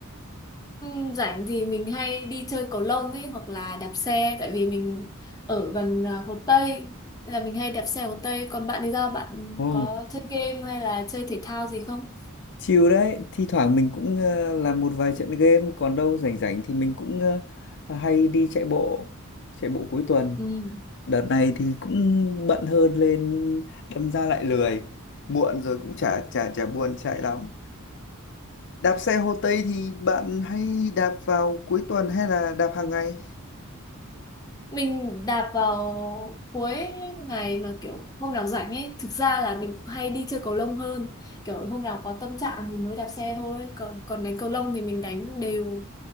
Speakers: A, on the left; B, on the left.
A: Ừm, rảnh thì mình hay đi chơi cầu lông ấy hoặc là đạp xe tại vì mình ở gần ờ, Hồ Tây nên là mình hay đạp xe Hồ Tây. Còn bạn thì sao? Bạn
B: Ồ,
A: có chơi game hay là chơi thể thao gì không?
B: chill đấy. Thi thoảng mình cũng ờ, làm một vài trận game, còn đâu rảnh rảnh thì mình cũng ờ, hay đi chạy bộ, chạy bộ cuối tuần.
A: Ừm,
B: Đợt này thì cũng bận hơn lên, đâm ra lại lười. Muộn rồi cũng chả chả chả buồn chạy lắm. Đạp xe Hồ Tây thì bạn hay đạp vào cuối tuần hay là đạp hàng ngày?
A: Mình đạp vào cuối ngày mà kiểu hôm nào rảnh ấy, thực ra là mình hay đi chơi cầu lông hơn. Kiểu hôm nào có tâm trạng thì mới đạp xe thôi, còn còn đánh cầu lông thì mình đánh đều